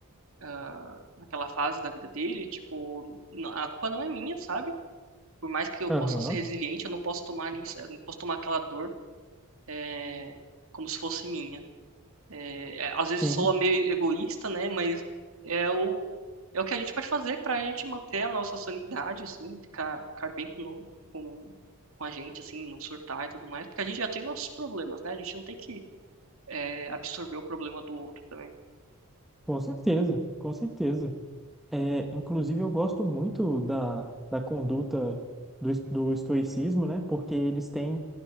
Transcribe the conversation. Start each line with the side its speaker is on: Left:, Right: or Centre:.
Right: ah, naquela fase da vida dele, tipo, n- a culpa não é minha, sabe? Por mais que eu
Centre: aham,
Right: possa ser resiliente, eu não posso tomar isso, eu não posso tomar aquela dor eh, como se fosse minha. Eh, é, às vezes
Centre: sim,
Right: soa meio egoísta, né? Mas é o, é o que a gente pode fazer para a gente manter a nossa sanidade, assim, ficar, ficar bem com, no- com, com a gente, assim, não surtar e tudo mais, porque a gente já tem os nossos problemas, né? A gente não tem que eh, absorver o problema do outro também.
Centre: com certeza, com certeza. É, inclusive, eu gosto muito da, da conduta do, es- do estoicismo, né? Porque eles têm